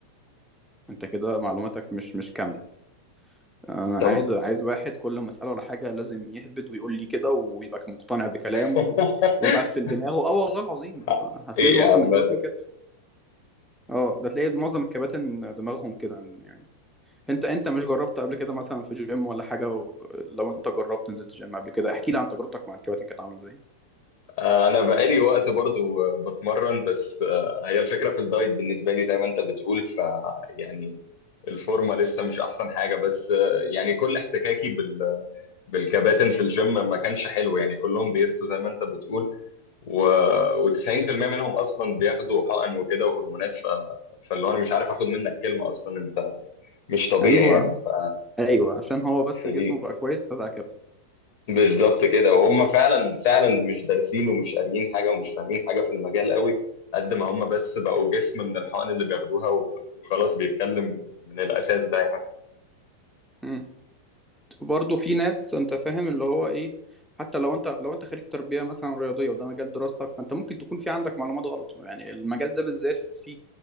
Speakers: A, in the centre; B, on the left.
A: انت كده معلوماتك مش مش كامله انا
B: طب
A: عايز عايز واحد كل ما اساله على حاجه لازم يهبد ويقول لي كده ويبقى مقتنع بكلامه
B: <laughs>
A: ومقفل دماغه اه والله العظيم
B: حقيقي
A: آه، هتلاقي معظم
B: عامة
A: الكباتن كده اه ده تلاقي معظم الكباتن دماغهم كده يعني انت انت مش جربت قبل كده مثلا في جيم ولا حاجه و... لو انت جربت نزلت جيم قبل كده احكي لي عن تجربتك مع الكباتن كانت عامله ازاي
B: آه، انا بقالي وقت برضو آه، بتمرن بس آه، هي الفكرة في الدايت بالنسبة لي زي ما انت بتقول ف يعني الفورمة لسه مش احسن حاجة بس آه، يعني كل احتكاكي بال بالكباتن في الجيم ما كانش حلو يعني كلهم بيفتوا زي ما انت بتقول و... و90% منهم اصلا بياخدوا حقن وكده وهرمونات ف... فاللي هو انا مش عارف اخد منك كلمه اصلا انت مش طبيعي
A: ايوه
B: يعني ف...
A: ايوه عشان هو بس
B: فدي
A: جسمه بقى كويس فبقى كابتن
B: بالظبط كده وهم فعلا فعلا مش دارسين ومش قاريين حاجه ومش فاهمين حاجه في المجال قوي قد ما هم بس بقوا جسم من الحقن اللي بياخدوها و... وخلاص بيتكلم من الاساس ده يعني
A: مم. وبرضه في ناس انت فاهم اللي هو ايه حتى لو انت لو انت خريج تربيه مثلا رياضيه وده مجال دراستك فانت ممكن تكون في عندك معلومات غلط يعني المجال ده بالذات فيه